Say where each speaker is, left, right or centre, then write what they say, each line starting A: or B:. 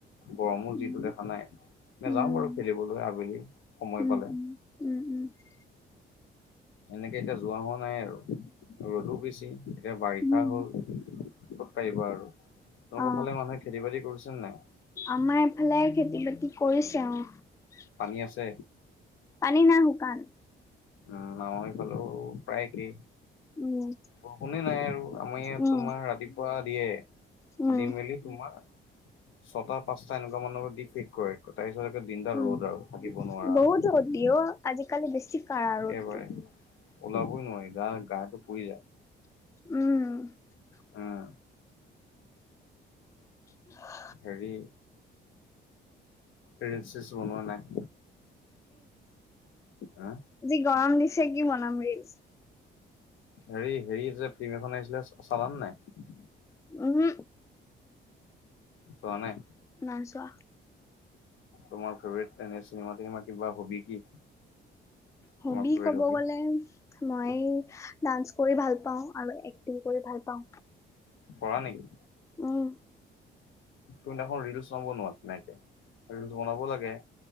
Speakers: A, on the left; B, on the left.
A: গৰমো
B: উম
A: যিটো দেখা নাই। নেযাওঁ
B: উম
A: বাৰু খেলিবলৈ আবেলি সময়
B: উম
A: পালে।
B: উম উম
A: এনেকে এতিয়া যোৱা হোৱা নাই আৰু ৰ'দো বেছি, এতিয়া বাৰিষা
B: উম
A: হ'ল। কত পাৰিব আৰু তেওঁলোকৰ
B: অ
A: ফালে মানুহে খেতি বাতি কৰিছে নে নাই?
B: আমাৰ এইফালে খেতি বাতি কৰিছে, অ।
A: পানী আছে?
B: পানী না শুকান?
A: উম আমাৰ এইফালো প্ৰায় একে।
B: উম
A: বৰষুনে নাই আৰু আমাৰ ইয়াত
B: উম
A: তোমাৰ ৰাতিপুৱা দিয়ে।
B: উম'।
A: দি মেলি তোমাৰ ছটা পাঁচটা এনেকুৱা মানৰ দি শেষ কৰে। তাৰপিছতে দিনটা
B: উম
A: ৰ'দ আৰু থাকিব নোৱাৰা।
B: বহুত ৰ'দ দিয়ে আজিকালি বেছি কাঢ়া
A: একেবাৰে,
B: ৰ'দটো
A: ওলাবই নোৱাৰি গা গাটো পুৰি যায়।
B: উম'।
A: উম
B: <inaudible>
A: হেৰি, ৰীলচ-চিলছ বনোৱা নাই? হা
B: যি গৰম দিছে কি বনাম ৰীলচ।
A: হেৰি-হেৰি যে ফিল্ম এখন আহিছিলে চালান নাই।
B: উহুম'।
A: চোৱা নাই?
B: নাই চোৱা।
A: তোমাৰ ফেভট এনে চিনেমা-থিনেমা কিবা হবি কি?
B: হবি
A: তোমাৰ ফেভৰেট
B: ক'ব
A: হবি
B: গ'লে মই ডান্স কৰি ভাল পাওঁ আৰু এক্টিং কৰি ভাল পাওঁ।
A: কৰানেকি?
B: উম।
A: তুমি দেখন ৰিলচ নোবনৱা তেনেকে, ৰিলচ বনাব লাগে।